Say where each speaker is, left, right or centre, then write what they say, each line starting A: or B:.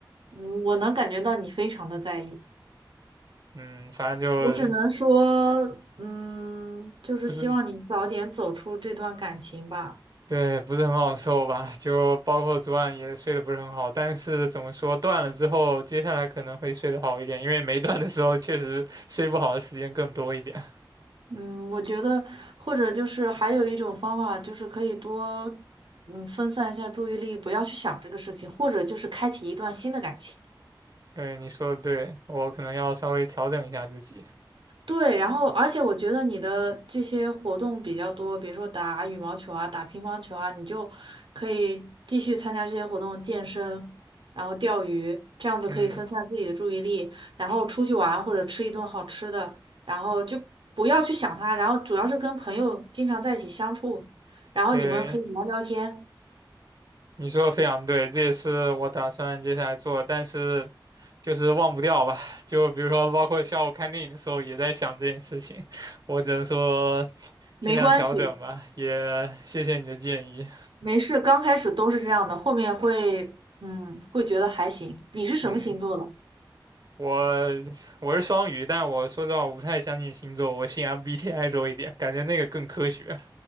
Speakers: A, on the right (about 85°); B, on the right (about 50°).
A: 嗯，我能感觉到你非常的在意，
B: 嗯，反正就
A: 我只能说，嗯，就是希望你早点走出这段感情吧。
B: 不是对，不是很好受吧？就包括昨晚也睡得不是很好，但是怎么说，断了之后，接下来可能会睡得好一点，因为没断的时候确实睡不好的时间更多一点。
A: 嗯，我觉得或者就是还有一种方法，就是可以多嗯分散一下注意力，不要去想这个事情，或者就是开启一段新的感情。
B: <laughs> 嗯，你说的对，我可能要稍微调整一下自己。
A: 对，然后而且我觉得你的这些活动比较多，比如说打羽毛球啊、打乒乓球啊，你就可以继续参加这些活动，健身，然后钓鱼，这样子可以分散自己的注意力，
B: 嗯，
A: 然后出去玩或者吃一顿好吃的，然后就不要去想他，然后主要是跟朋友经常在一起相处，然后你们可以聊聊天，
B: 对，你说的非常对，这也是我打算接下来做，但是就是忘不掉吧。就比如说，包括下午看电影的时候也在想这件事情，我只能说
A: 没关系，
B: 尽量调整吧。也谢谢你的建议。
A: 没事，刚开始都是这样的，后面会，嗯，会觉得还行。你是什么星座的？
B: 嗯。我我是双鱼，但我说实话，我不太相信星座，我信 MBTI <laughs> 多一点，感觉那个更科学